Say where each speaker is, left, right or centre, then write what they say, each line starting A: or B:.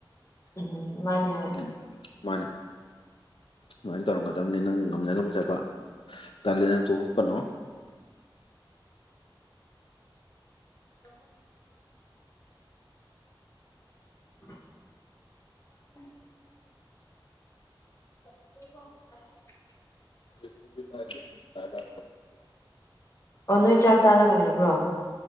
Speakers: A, on the left; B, on the left.
A: ꯎꯝ ꯃꯥꯅꯦ ꯍꯣꯢ
B: ꯎꯝ ꯃꯥꯅꯦ ꯑꯗꯨꯃꯥꯏ ꯇꯧꯔꯝꯒꯗꯝꯅꯦ ꯅꯪꯅ ꯉꯝꯖ ꯉꯝꯖꯕ ꯇꯜꯂꯦꯅ ꯇꯣꯛꯀꯅꯨ
A: <unintelligible> <inaudible> <unintelligible>
B: <unintelligible>
A: ꯑꯣ ꯅꯣꯏ ꯆꯥꯛ ꯆꯥꯔꯒ ꯂꯩꯕ꯭ꯔꯣ